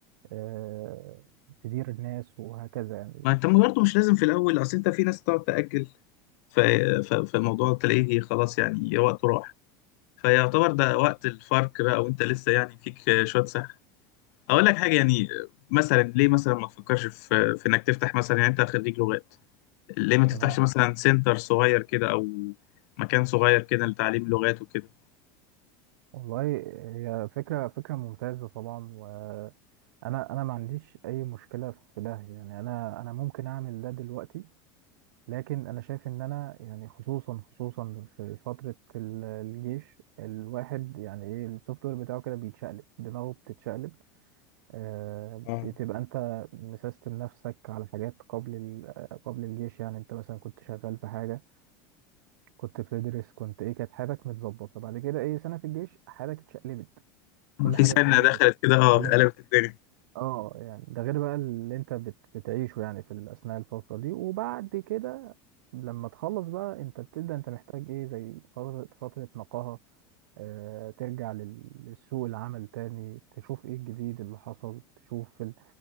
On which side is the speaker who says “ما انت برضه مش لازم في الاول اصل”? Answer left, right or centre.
Left